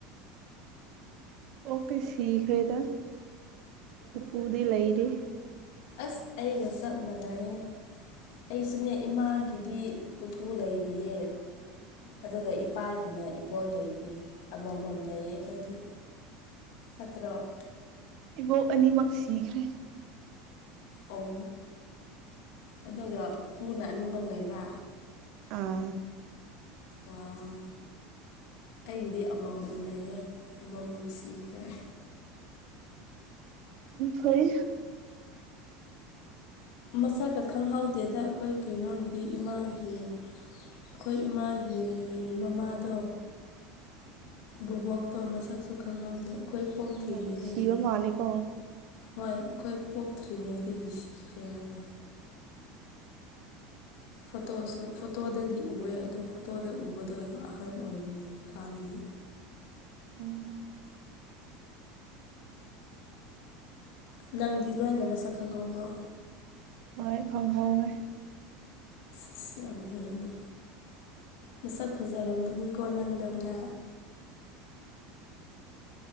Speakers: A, on the right; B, on the left.
A: ꯕꯣꯛꯇꯤ ꯁꯤꯈ꯭ꯔꯦꯗ ꯢꯄꯨꯗꯤ ꯂꯩꯔꯤ
B: ꯑꯁ ꯑꯩꯒ ꯆꯞ ꯃꯥꯟꯅꯩꯍꯦ ꯑꯩꯁꯨꯅꯦ ꯏꯃꯥꯒꯤꯗꯤ ꯄꯨꯄꯨ ꯂꯩꯔꯤꯌꯦ ꯑꯗꯨꯒ ꯏꯄꯥꯒꯤꯅ ꯏꯕꯣꯛ ꯂꯩꯩꯔꯤ ꯑꯃꯃꯝ ꯂꯩꯌꯦ ꯑꯩꯈꯣꯏꯗꯤ ꯐꯠꯇ꯭ꯔꯣ
A: ꯏꯕꯣꯛ ꯑꯅꯤꯃꯛ ꯁꯤꯈ꯭ꯔꯦ
B: ꯑꯣ ꯑꯗꯨꯒ ꯄꯨꯄꯨꯅ ꯑꯅꯤꯃꯛ ꯂꯩꯕ
A: ꯑꯎ
B: ꯋꯥꯎ ꯑꯩꯒꯤꯗꯤ ꯑꯃꯃꯝ ꯂꯩꯌꯦ ꯑꯃꯃꯝ ꯁꯤꯈ꯭ꯔꯦ
A: ꯐꯩ
B: ꯃꯁꯛꯀ ꯈꯪꯍꯧꯗꯦꯗ ꯑꯩꯈꯣꯏ ꯀꯩꯅꯣꯒꯤꯗꯤ ꯏꯃꯥꯒꯤ ꯑꯩꯈꯣꯏ ꯏꯃꯥꯒꯤ ꯃꯃꯥꯗꯣ ꯕꯣꯕꯣꯛꯇꯣ ꯃꯁꯛꯁꯨ ꯈꯪꯍꯧꯗꯦ ꯑꯩꯈꯣꯏ ꯄꯣꯛꯇ꯭ꯔꯤꯉꯩꯗꯒꯤ
A: ꯌꯥꯝ ꯉꯟꯅ ꯁꯤꯕ ꯃꯥꯜꯂꯦꯀꯣ
B: ꯍꯣꯏ ꯑꯩꯈꯣꯏ ꯄꯣꯛꯇ꯭ꯔꯤꯉꯩꯗꯒꯤ ꯁꯤꯈ꯭ꯔꯦ ꯍꯥꯏꯔꯦ ꯐꯣꯇꯣꯁꯨ ꯐꯣꯇꯣꯗꯗꯤ ꯎꯑꯦ ꯑꯗꯨ ꯐꯣꯇꯣꯗ ꯎꯕꯗꯣ ꯑꯍꯟ ꯑꯣꯏꯔꯤꯉꯩ ꯀꯥꯟꯒꯤ
A: ꯎꯝ
B: ꯅꯪꯗꯤ ꯂꯣꯏꯅ ꯃꯁꯛ ꯈꯪꯍꯧꯕ꯭ꯔꯣ
A: ꯍꯣꯏ ꯈꯪꯍꯧꯋꯦ
B: ꯑꯁ ꯌꯥꯝ ꯐꯩꯅꯦ ꯃꯁꯛ ꯐꯖꯔꯝꯒꯅꯤꯀꯣ ꯅꯪꯗꯧꯅ